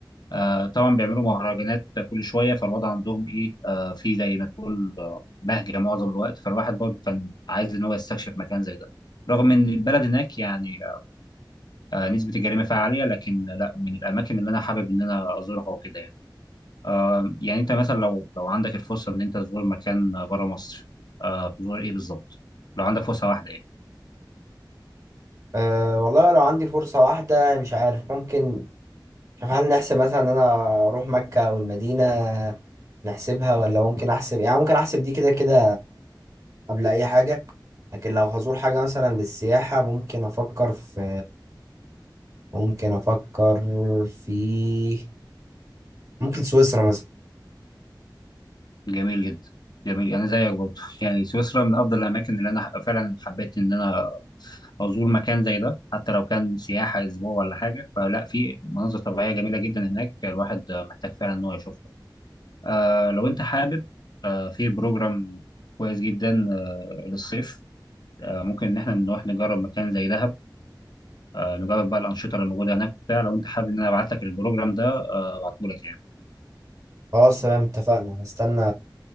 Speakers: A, on the left (about 60°); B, on the right (about 45°).
A: آه، طبعا بيعملوا مهرجانات كل شوية فالوضع عندهم إيه آه، في زي ما تقول آه، بهجة معظم الوقت فالواحد برضه كان عايز إن هو يستكشف مكان زي ده رغم إن البلد هناك يعني آه، آه، نسبة الجريمة فيها عالية لكن لا من الأماكن اللي أنا حابب إن أنا أزورها وكده يعني آه، يعني أنت مثلا لو لو عندك الفرصة إن أنت تزور مكان بره مصر آه، تزور إيه بالظبط؟ لو عندك فرصة واحدة يعني
B: أه والله لو عندي فرصة واحدة مش عارف ممكن مش عارف هل نحسب مثلا ان انا اروح مكة او المدينة نحسبها ولا ممكن احسب يعني ممكن احسب دي كده كده قبل اي حاجة لكن لو هزور حاجة مثلا للسياحة ممكن افكر في ممكن افكر في ممكن سويسرا مثلا
A: جميل جدا جميل انا زيك برضه يعني سويسرا من افضل الاماكن اللي انا فعلا حبيت ان انا ازور مكان زي ده حتى لو كان سياحه اسبوع ولا حاجه فلا في مناظر طبيعيه جميله جدا هناك الواحد محتاج فعلا ان هو يشوفها آه لو انت حابب آه في بروجرام كويس جدا آه للصيف آه ممكن ان احنا نروح نجرب مكان زي دهب آه نجرب بقى الانشطه اللي موجوده هناك وبتاع لو انت حابب ان انا ابعت لك البروجرام ده آه ابعته لك يعني
B: خلاص تمام اتفقنا هستنى